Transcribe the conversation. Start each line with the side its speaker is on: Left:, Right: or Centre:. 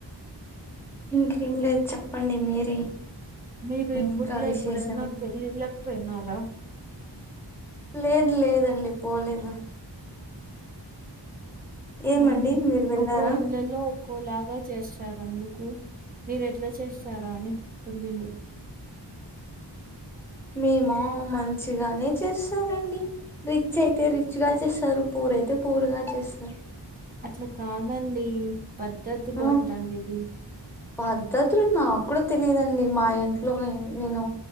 Centre: ఇంకేం లేదు చెప్పండి మీరే
Right: మీరు
Centre: ఇంకా
Right: ఇప్పట్లో
Centre: విశేషాలు
Right: ఎప్పుడైనా పెళ్ళిళ్ళకి పోయినారా
Centre: లేదు లేదండి పోలేదు ఏమండి
Right: ఆ
Centre: మీరు వెళ్ళారా
Right: ఒక్కో ఇండ్లలో ఒక్కోలాగా చేస్త చేస్తారు అందుకు మీరు ఎట్లా చేస్తారా అని పెళ్ళిలు
Centre: మేమా మంచిగానే చేస్తామండి రిచ్ అయితే రిచ్ గా చేస్తారు పూర్ అయితే పూర్ గా చేస్తారు
Right: అట్లా కాదండి పద్ధతులు
Centre: ఆ
Right: అంటాండేది
Centre: పద్ధతులు నాకు కూడా తె లేదండి మా ఇంట్లో నేను